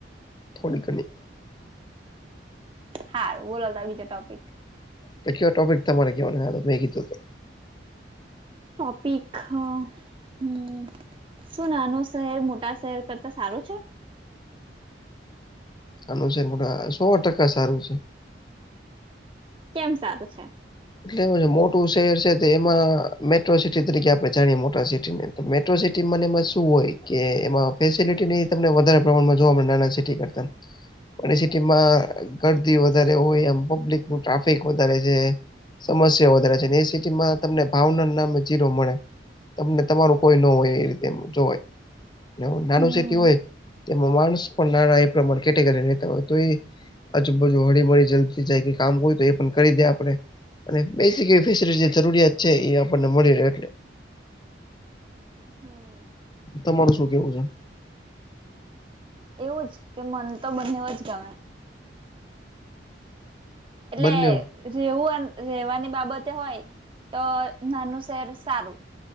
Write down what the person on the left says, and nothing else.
થોડી ઘણી
તો કે ટોપિક તમારે કેવાનું <unintelligible> મેં કીધું તે
સારું છે મોટા સો ટકા સારું છે.
એટલે એ મોટું શહેર છે એમાં મેટ્રો સિટી તરીકે આપણે જાણીએ મોટા સિટી માં તો મેટ્રો
સિટી મેં ને એમાં શું હોય કે એમાં ફેસલટી તમને વધારે પ્રમાણમાં જોવા મળે નાના સિટી કરતા. અને સિટીમાં ગરદી વધારે હોય એમ પબ્લિક નું ટ્રાફિક વધારે છે સમસ્યા વધારે છે એ સિટીમાં તમને ભાવના નામે જીરો મળે. તમને તમારું કોઈ ન હોય એ રીતે જોવાય નાનું
સેટી હોય તેમાં માણસ પણ નાના એ પ્રમાણે કેટેગરીતા હોય તો એ આજુબાજુ હળી મળી જલ્દી જાય કે કામ હોય તો એ પણ કરી દે આપણે. અને બેસિક એવી ફેસલટી જરૂરિયાત છે એ આપણને મળી રહે એટલે
તમારું શું કેવું છે.
બંને